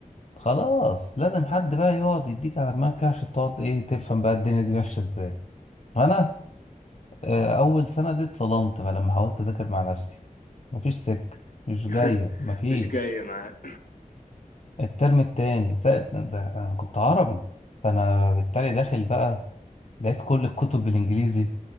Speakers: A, on the left (about 50°); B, on the left (about 70°).
A: خلاص لازم حد بقى يقعد يديك على دماغك كده عشان تقعد إيه تفهم بقى الدنيا دي ماشية إزاي أنا آه أول سنة دي اتصدمت بقى لما حاولت أذاكر مع نفسي مفيش سكة مش
B: <laughs>
A: جاية مفيش
B: مش جاية معاه
A: الترم التاني ساعة أنا كنت عربي فأنا بالتالي داخل بقى لقيت كل الكتب بالإنجليزي